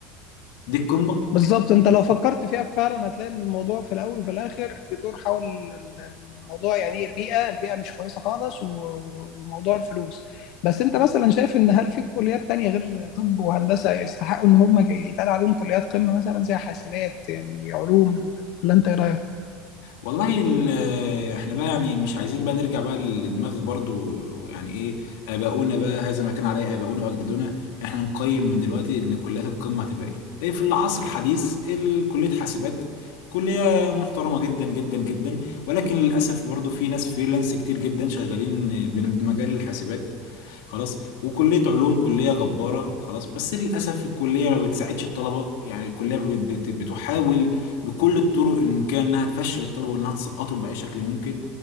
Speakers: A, on the left (about 85°); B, on the left (about 50°).
A: دي القمة
B: بالظبط انت لو فكرت فيها فعلا هتلاقي ان الموضوع في الاول وفي الاخر بيدور حول ال- ال- الموضوع يعني ايه البيئه البيئه مش كويسه خالص و- و- وموضوع الفلوس بس انت مثلا شايف ان هل في كليات تانية غير طب وهندسه يستحقوا ان هم يتقال عليهم كليات قمه مثلا زي حاسبات يعني علوم ولا انت ايه رايك
A: والله ال- احنا بقى يعني مش عايزين بقى نرجع بقى للدماغ برضو يعني ايه اباؤنا بقى هذا ما كان عليه اباؤنا واجدادنا احنا نقيم من دلوقتي ان كليات القمه هتبقى ايه ايه في العصر الحديث ال- كليه حاسبات كليه محترمه جدا جدا جدا ولكن للاسف برضو في ناس فريلانس كتير جدا شغالين بن- بمجال الحاسبات خلاص وكليه علوم كليه جباره خلاص بس للاسف الكليه ما بتساعدش الطلبه يعني الكليه بت- بت- بتحاول بكل الطرق الممكنه انها تفشل الطلبه وانها تسقطهم باي شكل ممكن